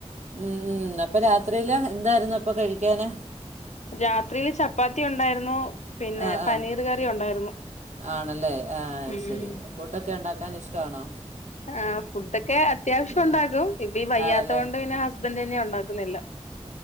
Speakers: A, on the right; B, on the left.
A: ഉം ഉം അപ്പം രാത്രിൽ എന്തായിരുന്നു അപ്പൾ കഴിക്കാന്
B: രാത്രിൽ ചപ്പാത്തി ഉണ്ടായിരുന്നു പിന്നെ
A: ആ ആ
B: പനീർ കറി ഉണ്ടായിരുന്നു
A: ആണല്ലേ ആ അത്
B: ഉം
A: ശരി
B: ഉം
A: ഫുഡൊക്കെ ഉണ്ടാക്കാൻ ഇഷ്ടമാണോ
B: ആ ഫുഡൊക്കെ അത്യാവശ്യം
A: ഉം.
B: ഉണ്ടാകും ഇപ്പ വയ്യാത്ത
A: ആണല്ലേ
B: കൊണ്ട് പിന്നെ ഹസ് ഹസ്ബൻഡ് തന്നെയാ ഉണ്ടാക്കുന്നത് എല്ലാം